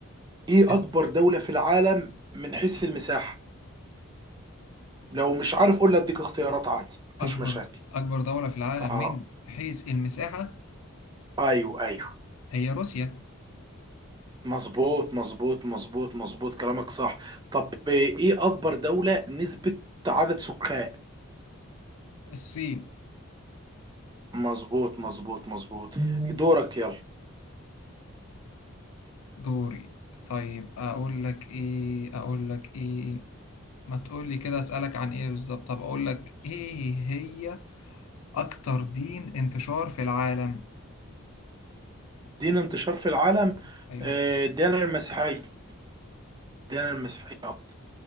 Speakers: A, on the right; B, on the left.
A: إيه
B: اسم
A: أكبر دولة في العالم من حيث المساحة لو مش عارف قول لي أديك اختيارات عادي مفيش
B: أكبر
A: مشاكل
B: أكبر دولة في العالم
A: آه
B: من حيث المساحة
A: أيوه أيوه
B: هي روسيا
A: مظبوط مظبوط مظبوط مظبوط كلامك صح طب إيه أكبر دولة نسبة عدد سكان
B: الصين
A: مظبوط مظبوط مظبوط دورك يلا
B: دوري طيب اقول لك ايه اقول لك ايه ما تقول لي كده اسالك عن ايه بالظبط طب اقول لك ايه هي اكتر دين انتشار في العالم
A: دين انتشار في العالم
B: ايوه
A: آه، دين المسيحية دين المسيحية أكتر